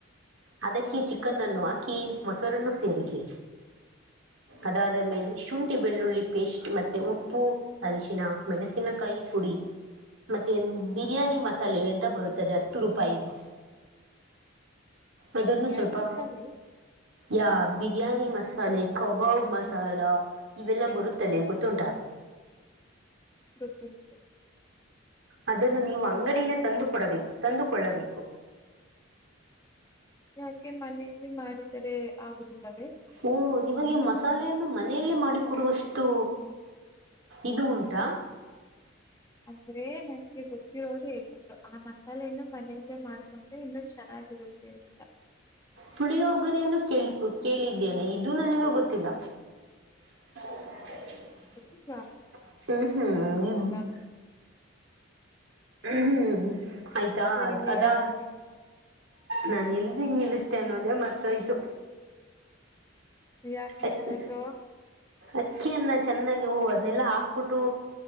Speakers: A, on the right; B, on the left.
A: ಅದಕ್ಕೆ
B: ಹೌದು
A: ಚಿಕನ್ ಅನ್ನು ಹಾಕಿ ಮೊಸರನ್ನು ಸೇರಿಸಿ. ಅದಾದ ಮೇಲೆ ಶುಂಠಿ ಬೆಳ್ಳುಳ್ಳಿ ಪೇಸ್ಟ್ ಮತ್ತೆ ಉಪ್ಪು ಅರಿಶಿನ ಮೆಣಸಿನಕಾಯಿ ಪುಡಿ. ಮತ್ತೆ ಬಿರಿಯಾನಿ ಮಸಾಲೆ ಅಂತ ಬರುತ್ತದೆ ಹತ್ತು ರೂಪಾಯಿದು. ಅದನ್ನು
B: ಬಿರಿಯಾನಿನ
A: ಸ್ವಲ್ಪ
B: ಸಾಲೆ
A: ಯಾ ಬಿರಿಯಾನಿ ಮಸಾಲೆ ಕಬಾಬ್ ಮಸಾಲಾ ಇವೆಲ್ಲ ಬರುತ್ತದೆ ಗೊತ್ತುಂಟಾ.
B: ಗೊತ್ತುಂಟು ಗೊತ್ತು
A: ಅದನ್ನು ನೀವು ಅಂಗಡಿಲೆ ತಂದು ಕೊಡಬೇಕು ತಂದುಕೊಳ್ಳಬೇಕು.
B: ಯಾಕೆ ಮನೆಲ್ಲಿ ಮಾಡಿದರೆ ಆಗುದಿಲ್ಲವೇ.
A: ಓ ನಿಮಗೆ ಮಸಾಲೆಯನ್ನು ಮನೆಯಲ್ಲೇ ಮಾಡಿಕೊಡುವಷ್ಟು ಇದು ಉಂಟಾ.
B: ಅಂದ್ರೆ ನನ್ಗೆ ಗೊತ್ತಿರೋರು ಹೇಳಿದ್ರು ಆಮಾಸ್ ಅಲ್ಲ ಇನ್ನು ಮನೆಯಲ್ಲೇ ಮಾಡ್ಕೊಂಡ್ರೆ ಇನ್ನೂ ಚೆನ್ನಾಗಿರುತ್ತೆ ಅಂತ.
A: ಪುಳಿಯಗ್ಗರೆನ್ನು ಕೇಳಿಕು ಕೇಳಿದ್ದೇನೆ ಇದು ನನಗೆ ಗೊತ್ತಿಲ್ಲ. ಹ್ಮ್ ಹ್ಮ್
B: ಗೊತ್ತಿಲ್ವಾ?
A: ಇಬ್
B: ನಿನ್ಗೆ ಗೊತ್ತಿಲ್ಲ ಅಂತ.
A: ಹ್ಮ್ ಹ್ಮ್ ಆಯ್ತಾ
B: ಸರಿ
A: ಅದ್
B: ಹೇಳಿ
A: ಅದಾ.
B: ಹೋಗ್ಲಿ.
A: ನಾನ ಎಲ್ಲೀಗ್ ನಿಲ್ಲಿಸ್ತೆೇ ಅನ್ನೋದೇ ಮರ್ತ್ತೋಯ್ತು.
B: ಯಾಕ್ ಮರ್ತೊಯ್ತು.
A: ಅಕ್ಕಿ ಅಕ್ಕಿಯನ್ನ ಚೆನ್ನಾಗಿ ಹೂ ಅದನೆಲ್ಲಾ ಹಾಕ್ಬಿಟ್ಟು.